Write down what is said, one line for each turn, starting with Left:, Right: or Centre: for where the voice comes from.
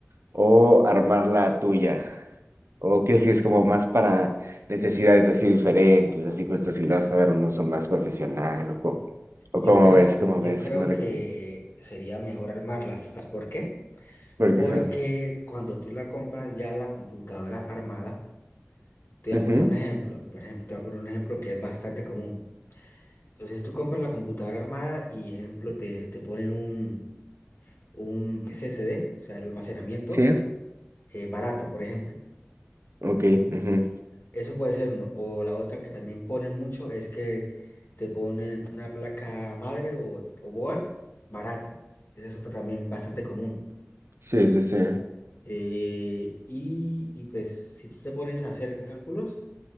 Right: o armar la tuya? ¿O crees que es como más para necesidades así diferentes, así justo si le vas a dar un uso más profesional o cómo, o
Left: Yo
Right: cómo
Left: creo,
Right: ves, cómo
Left: yo
Right: ves,
Left: creo
Right: qué me recomiendas?
Left: que sería mejor armarlas. ¿Sabes por qué?
Right: Porque,
Left: Porque
Right: ajá,
Left: cuando tú la compras ya la computadora armada, te voy
Right: ujú,
Left: a poner un ejemplo. Por ejemplo, te voy a poner un ejemplo que es bastante común. Entonces tú compras la computadora armada y, ejemplo, te, te ponen un, un SSD, o sea, el almacenamiento
Right: sí,
Left: eh, barato, por ejemplo. Te
Right: ok, ujú,
Left: Eso puede ser, uno. o la otra que también ponen mucho es que te ponen una placa madre o, o board barata. Esa es otra también bastante común.
Right: Sí, sí, sí,
Left: Eh, y, y pues si tú te pones a hacer cálculos,